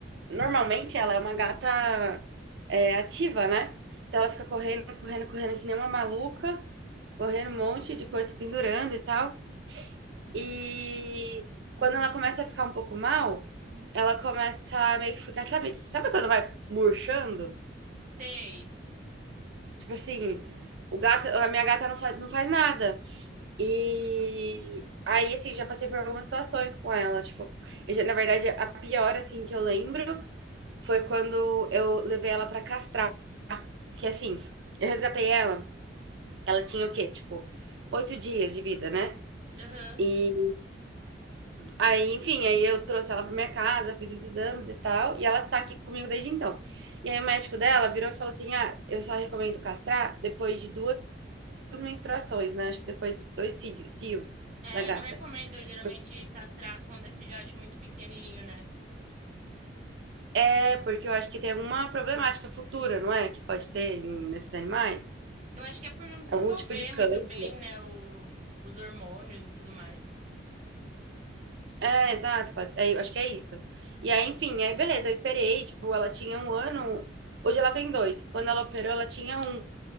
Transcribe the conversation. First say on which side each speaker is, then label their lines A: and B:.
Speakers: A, on the right; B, on the right.
A: normalmente ela é uma gata é, ativa, né? Então ela fica correndo, correndo, correndo que nem uma maluca, correndo um monte de coisa pendurando e tal. E quando ela começa a ficar um pouco mal, ela começa a meio que ficar, sabe, sabe quando vai murchando?
B: sei.
A: Tipo assim, o gato, a minha gata não faz, não faz nada. E aí, assim, já passei por algumas situações com ela. Tipo, eu já- na verdade, a pior, assim, que eu lembro foi quando eu levei ela pra castrar. Que assim, eu resgatei ela. Ela tinha o quê? Tipo, oito dias de vida, né?
B: Aham.
A: E aí, enfim, aí eu trouxe ela pra minha casa, fiz os exames e tal. E ela tá aqui comigo desde então. E aí o médico dela virou e falou assim: Ah, eu só recomendo castrar depois de duas as menstruações, né? Acho que depois dois cílios, cílios
B: É,
A: da gata.
B: não recomendo geralmente
A: Por-
B: castrar quando é filhote muito pequenininho, né?
A: É, porque eu acho que tem uma problemática futura, não é? Que pode ter em- nesses animais.
B: Eu acho que é por não desenvolver
A: Algum tipo de câncer.
B: muito bem, né, o- os hormônios e tudo mais.
A: É, exato. pode- é, eu acho que é isso. E aí, enfim, aí beleza, eu esperei, tipo, ela tinha um ano, hoje ela tem dois. Quando ela operou, ela tinha um,